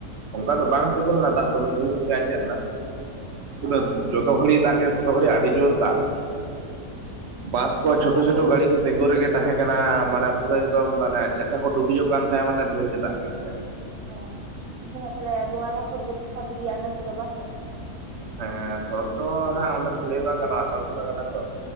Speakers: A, on the right; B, on the right.
A: ᱚᱝᱠᱟ ᱫᱚ ᱵᱟᱝ ᱛᱤᱸᱜᱩ ᱞᱮᱱᱟ᱾ ᱫᱟᱜ ᱫᱚ ᱢᱤᱫ ᱜᱷᱟᱹᱲᱤᱡ ᱛᱮᱜᱮ ᱟᱸᱡᱮᱫ ᱱᱟ᱾ ᱩᱱᱟᱹᱜ
B: ᱚ
A: ᱡᱚᱛᱚ ᱜᱷᱟᱹᱲᱤᱡ ᱫᱟᱜ ᱠᱮᱛ ᱛᱚᱛᱚ ᱜᱷᱟᱹᱲᱤᱡ ᱟᱹᱰᱤ ᱡᱳᱨ ᱫᱟᱜ ᱵᱟᱥ ᱠᱚ
B: ᱵᱚᱸᱜᱟ
A: ᱪᱳᱴᱷᱳ - ᱪᱳᱴᱷᱳ
B: ᱥᱚᱛ ᱜᱮ
A: ᱜᱟᱲᱤ ᱠᱚ ᱛᱤᱸᱜᱩ ᱨᱮᱜᱮ ᱛᱟᱦᱮᱸ ᱠᱟᱱᱟ᱾ ᱢᱟᱱᱮ ᱯᱩᱨᱟᱹ ᱮᱠᱫᱚᱢ ᱢᱟᱱᱮ ᱪᱟᱠᱟ ᱠᱚ ᱰᱩᱵᱩᱡᱚ-ᱜ ᱠᱟᱱ ᱛᱟᱦᱮᱸᱜ, ᱢᱟᱱᱮ ᱰᱷᱽᱮᱹᱨ ᱜᱮ ᱫᱟᱜ ᱠᱟᱜ ᱛᱟᱦᱮᱸᱜᱼᱟ᱾
B: ᱚ ᱵᱚᱸᱜᱟ ᱛᱟᱦᱞᱮ ᱵᱚᱸᱜᱟ ᱠᱚ ᱥᱚᱛ ᱜᱮᱭᱟ᱾ ᱚᱸᱰᱮᱱ ᱠᱚᱼᱫᱚ ᱵᱟᱥᱮ
A: ᱦᱮᱸ ᱥᱚᱛ ᱫᱚ ᱦᱟᱸᱜ ᱚᱱᱟ ᱫᱚ ᱞᱟᱹᱭ ᱵᱟᱝ ᱜᱟᱱᱚᱜᱼᱟ᱾ ᱟᱥᱟᱲ ᱵᱚᱸᱜᱟ ᱠᱟᱱᱟ ᱛᱚ᱾